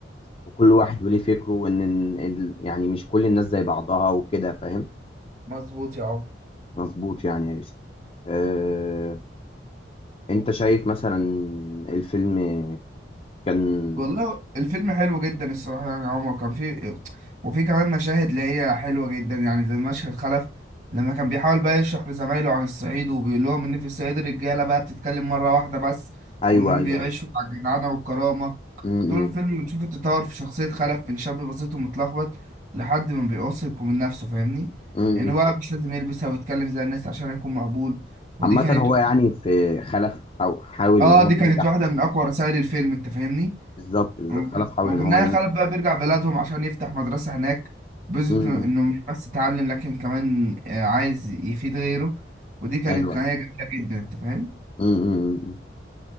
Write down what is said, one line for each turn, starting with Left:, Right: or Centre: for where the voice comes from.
Left: وكل واحد وليه فكره وإن ال... يعني مش كل الناس زي بعضها وكده فاهم
Right: مظبوط يا عمر
Left: مظبوط يعني يا يوسف أه... انت شايف مثلا الفيلم كان
Right: والله الفيلم حلو جدا الصراحة يعني يا عمر كان فيه وفي كمان مشاهد اللي هي حلوة جدا يعني زي مشهد خلف لما كان بيحاول بقى يشرح لزمايله عن الصعيد وبيقول لهم إن في الصعيد الرجالة بقى بتتكلم مرة واحدة بس
Left: ايوه
Right: وإنهم
Left: ايوه
Right: بيعيشوا
Left: ايوه
Right: على الجدعنة والكرامة
Left: م-
Right: طول الفيلم
Left: م-
Right: بنشوف التطور في شخصية خلف من شاب بسيط ومتلخبط لحد ما بيواثق من نفسه فاهمني؟
Left: م-
Right: إنه بقى مش لازم يلبس أو يتكلم زي الناس عشان يكون مقبول ودي
Left: عامة
Right: كانت
Left: هو يعني في خلف حاو- حاول
Right: آه
Left: ان هو
Right: دي
Left: ينجح
Right: كانت واحدة من أقوى رسائل الفيلم أنت فاهمني؟
Left: بالظبط بالظبط
Right: وفي
Left: خلف حاول
Right: وفي
Left: ان هو
Right: النهاية
Left: ينجح
Right: خلف بقى بيرجع بلادهم عشان يفتح مدرسة هناك بيثبت
Left: م-
Right: إنه
Left: م.
Right: مش بس اتعلم لكن كمان آه، عايز يفيد غيره ودي كانت
Left: ايوه
Right: نهاية
Left: ايوه
Right: جميلة جدا أنت فاهم؟
Left: م- م- م.